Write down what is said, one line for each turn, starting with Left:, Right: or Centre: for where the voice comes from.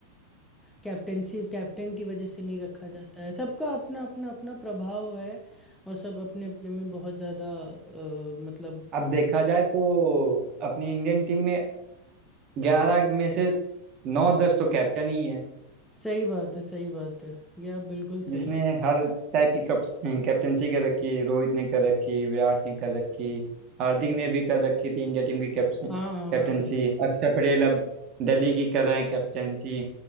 Centre: कैप्टेंसी कैप्टन की वजह से नहीं रखा जाता है सबका अपना अपना अपना प्रभाव है और सब अपने अपने में बहुत ज़्यादा अ, मतलब
Right: अब देखा जाए तो अपनी इंडियन टीम में ग्यारह में से नौ दस तो कैप्टन ही है
Centre: सही बात है सही बात है ये आप बिल्कुल
Right: जिसने
Centre: सही
Right: हर टाइप की कप, कैप्टेंसी कर रखी रोहित ने कर रखी विराट ने कर रखी हार्दिक ने भी कर रखी थी इंडिया टीम की कैप्टन
Centre: हाँ हाँ
Right: कैप्टेंसी अक्षर पटेल अब दिल्ली की कर रहे हैं कैप्टेंसी